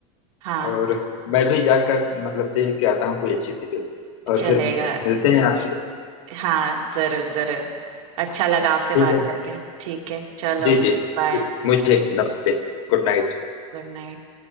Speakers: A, on the right; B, on the left.
A: हाँ
B: और मैं भी जाकर मतलब देख के आता हूँ कोई अच्छी सी फिल्म और
A: चलेगा
B: फिर मिलते हैं आपसे
A: हाँ जरूर जरूर अच्छा लगा आपसे
B: ठीक
A: बात
B: है
A: करके ठीक है चलो
B: जी जी
A: बाय
B: मुझे नमस्ते Good night
A: Good night